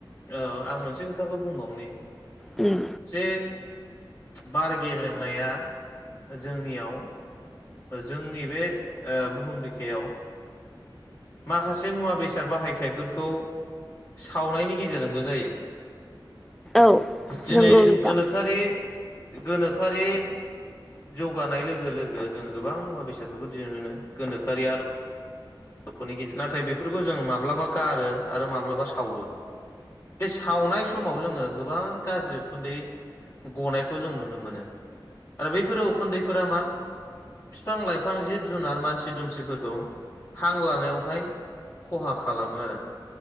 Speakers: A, on the left; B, in the centre.
A: ओ आं मोनसे खोथाखौ बुंबावनि
B: उम
A: जे बार गेब्रेंनाया जोंनियाव जोंनि बे बुहुम बिखायाव माखासे मुवा बेसाद बाहायथफोरखौ सावनायनि गेजेरजोंबो जायो।
B: औ
A: दिनै
B: नंगौ नोंथां
A: गोनोखोआरि सोरखारि जौगानाय लोगो लोगो जोङो गोबां मुवा बेसादफोरखौ दिहुननो मोनो गोनोखोआरि गफोरनि गेजेरजों नाथाय बेफोरखौ जों माब्लाबा गारो आरो माब्लाबा सावो बे सावनाय समाव जोङो गोबां गाज्रि उखुन्दै गनायखौ जों नुनो मोनो आरो बैफोरो उखुन्दैफोरा मा बिफां लाइफां जिब जुनार मानसि दुमसिफोरखौ हां लानायावहाय खहा खालामो आरो